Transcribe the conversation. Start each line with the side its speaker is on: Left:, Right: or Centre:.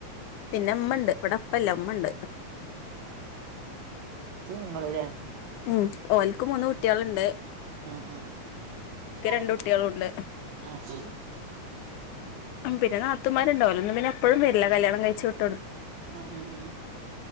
Left: പിന്നെ അമ്മണ്ട് ഇവിടെ അപ്പല്ല അമ്മ ഉണ്ട്
Right: മങ്ങളൂര്
Left: ഉം ഓലക്ക് മൂന്ന് കുട്ടികളുണ്ട്
Right: ആഹ ആഹ
Left: രണ്ട് കുട്ട്യാളുണ്ട്
Right: ആഹ ആഹ
Left: പിന്നൊത്തമാരുണ്ടാവോന്ന് പിന്നെ എപ്പഴും വരില്ല കല്യാണം കഴിച്ചുട്ട്
Right: ആഹ ആ്